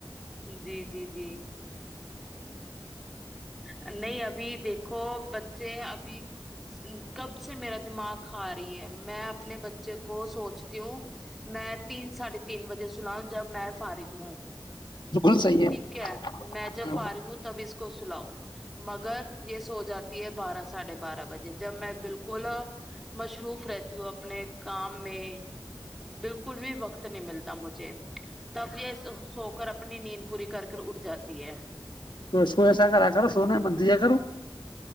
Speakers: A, in the centre; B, on the left.
A: جی جی جی نہیں ابھی دیکھو بچے ابھی کب سے میرا دماغ کھا رہی ہے میں اپنے بچے کو سوچتی ہوں میں تین ساڑھے تین بجے سناؤ جب میں فارغ ہوں
B: بالکل صحیح
A: ٹھیک ہے میں
B: ہے
A: جب فارغ ہوں بیس کو چ لؤ مگر یہ سو جاتا تی ایم بارہ ساھے بارہ بجے جب میں بالکل مصروف رہتی ہوں اپنے کام میں بالکل بھی وقت نہیں ملتا مجھے تب یہ سوک اور اپنی نیند پوری کر اٹ جات تی ہے
B: تو اس کو ایسا کرا کر اسو نے مت دیا کرو